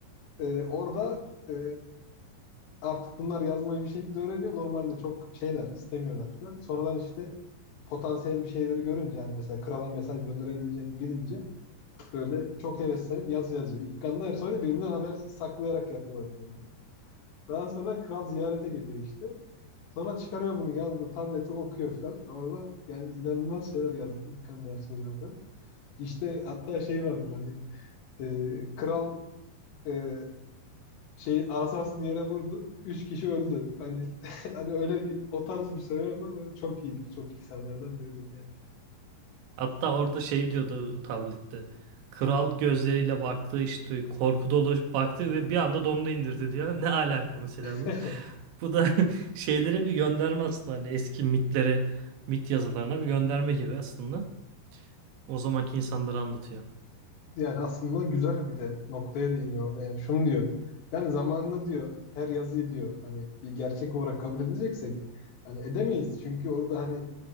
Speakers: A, on the left (about 75°); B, on the right (about 85°).
A: E, orada e, artık bunlar yazmayı bir şekilde öğreniyor. Normalde çok şeyler istemiyorlar falan. Sonradan işte potansiyel bir şeyleri görünce yani mesela krala mesaj gönderebileceğini bilince böyle çok heveslenip yazı yazıyor. İlkanlı Ersoy'la birbirinden habersiz saklayarak yapıyorlar bunu. Daha sonra kral ziyarete geliyor işte. Sonra çıkarıyor bunu yazdığı tableti okuyor falan. Orada yani inanılmaz şeyler yazdı İlkan Ersoy zaten. İşte hatta şey vardır hani e, kral e, şey asasını yere vurdu. Üç kişi öldü. Hani <laughs> hani öyle bir o tarz bir söylem var. ama Çok iyidir. Çok insanlardan biridir yani.
B: Hatta orada şey diyordu tablette. Kral gözleriyle baktı işte korku dolu baktı ve bir anda donunu indirdi diyor. Ne alaka mesela bu?
A: <laughs>
B: Bu da <laughs> şeylere bir gönderme aslında hani eski mitlere, mit yazılarına bir gönderme gibi aslında. O zamanki insanları anlatıyor.
A: Yani aslında güzel bir de noktaya değiniyor orada. Yani şunu diyor. Yani zamanında diyor her yazıyı diyor hani bir gerçek olarak kabul edeceksek hani edemeyiz. Çünkü orada hani